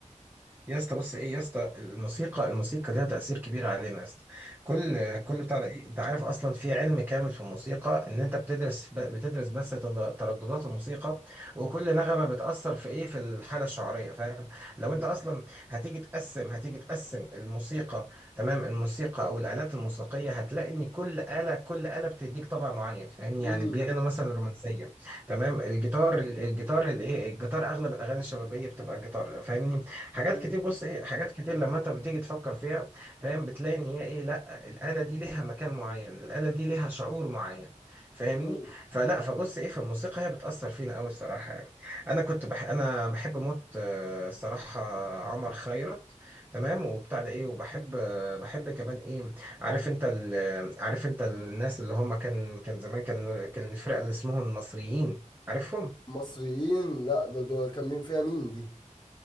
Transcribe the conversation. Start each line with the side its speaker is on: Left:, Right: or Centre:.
Right: يا اسطى بص ايه يا اسطى الموسيقى الموسيقى ليها تأثير كبير علينا يا اسطى كل كل بتاع ده إيه؟ انت عارف اصلا في علم كامل في الموسيقى ان انت بتدرس ب- بتدرس بس تض- ترددات الموسيقى وكل نغمة بتأثر في ايه في الحالة الشعرية فاهم لو
Left: امم
Right: انت اصلا هتيجي تقسم هتيجي تقسم الموسيقى تمام الموسيقى او الآلات الموسيقية هتلاقي ان كل آلة كل آلة بتديك طبع معين فاهمني
Left: امم
Right: يعني البيانو مثلا رومانسية تمام الجيتار الجيتار الايه الجيتار اغلب الاغاني الشبابيه بتبقى جيتار فاهمني حاجات
Left: امم
Right: كتير بص ايه حاجات كتير لما انت بتيجي تفكر فيها فاهم بتلاقي ان هي ايه لا الآلة دي ليها مكان معين الآلة دي ليها شعور معين فاهمني
Left: امم
Right: فلا فبص ايه في الموسيقى هي بتأثر فينا قوي الصراحة يعني انا كنت بح انا بحب موت آه، الصراحة عمر خيرت تمام وبتاع ده ايه وبحب آه، بحب كمان ايه عارف انت ال- عارف انت الناس اللي هم كان كان زمان كان كان الفرقة اللي اسمهم المصريين عارفهم
Left: مصريين لا ده ده كان مين فيها مين دي